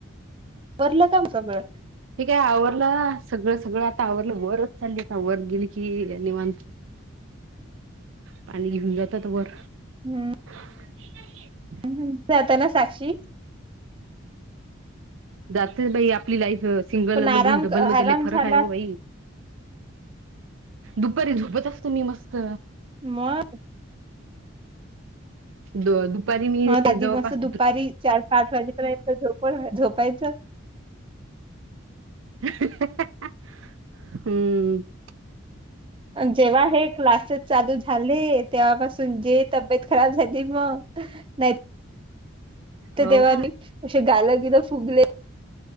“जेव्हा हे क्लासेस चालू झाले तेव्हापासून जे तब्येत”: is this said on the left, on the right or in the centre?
Right